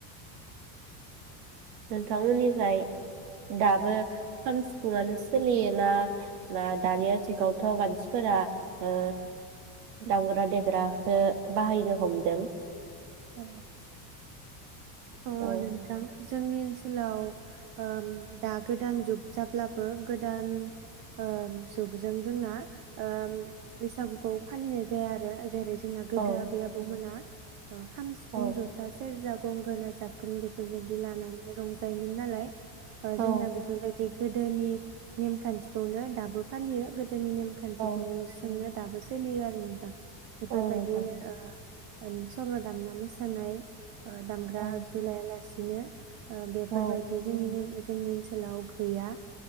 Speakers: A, on the right; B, on the right.
A: नोंथांमोननिजाय दाबो खाम सिफुङानो सोलियोना ना दानिया जुगावथ' मानसिफोरा ओ दामग्रा देग्रासो बाहायनो हमदों,
B: औ अ'
A: औ
B: नोंथां जोंनि ओनसोलाव ओम दा गोदान जुग जाब्लाबो गोदान ओम जुगजों जोंना ओम बैसागुखौ फालिनाय जाया आरो जेरै जोंना गोदो
A: औ
B: आबै आबौमोना ओ खाम, सिफुं,
A: औ
B: जथा, सेरजा गंगोना, जाबख्रिं बेफोरबायदि लानानै रंजायोमोन नालाय ओ
A: औ
B: जोंना बेफोरबायदि गोदोनि नेमखान्थिखौनो दाबो फालियो गो दोनि नेमखान्थिखौ
A: औ
B: सोंनो दाबो सोलियो आरो नोंथां। बेफोरबायदि
A: औ नोंथां
B: ओ सल दामना मोसानाय, दामग्रा
A: औ
B: आगजु लायालासे सिनो ओ बेफोरबायदि
A: औ
B: जोंनि नेम जोंनि ओनसोलाव गैया।